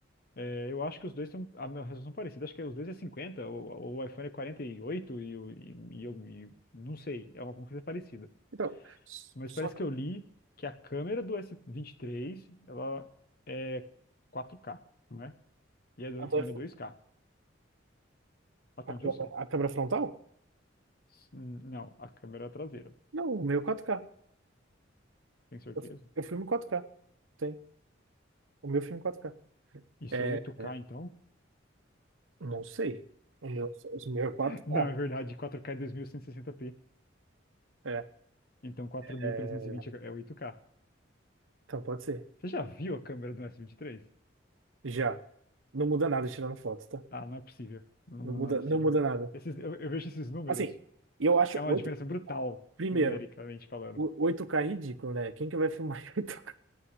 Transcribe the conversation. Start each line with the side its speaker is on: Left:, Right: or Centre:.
Left: É, eu acho que os dois têm um, a minha resolução parecida. Acho que os dois é 50, o, o iPhone é quarenta e, oito e, o- e, e eu e- não sei, é uma coisa parecida.
Right: Então, s-
Left: Mas
Right: só
Left: parece
Right: que
Left: que eu li que a câmera do s vinte e três ela é quatro k não é? E a do
Right: a,
Left: iPhone
Right: do iPhone-
Left: é dois k até
Right: a
Left: onde
Right: câmera,
Left: eu sei.
Right: a câmera frontal?
Left: S- Não, a câmera é traseira,
Right: Não, o meu 4K.
Left: tenho certeza.
Right: Eu, fi- eu filmo em 4K. Tem. O meu filme 4K.
Left: Isso
Right: É,
Left: é oito k
Right: é,
Left: então?
Right: não sei. O meu, o meu é
Left: <clears throat>
Right: 4K.
Left: <laughs> Não, é verdade, Quatro k é dois mil cento e sessenta p
Right: É,
Left: Então quatro mil
Right: é,
Left: trezentos e vinte é oito k
Right: então pode ser.
Left: Você já viu a câmera do s vinte e três?
Right: Já. Não muda nada tirando foto, tá?
Left: Ah, não é possível. Não,
Right: Não
Left: não,
Right: muda,
Left: não é possível.
Right: não muda nada.
Left: Esses, eu, eu vejo esses números.
Right: Assim, eu acho
Left: É uma
Right: oito.
Left: diferença brutal,
Right: Primeiro,
Left: numericamente falando.
Right: O- 8K é ridículo, né? Quem que vai filmar em 8K?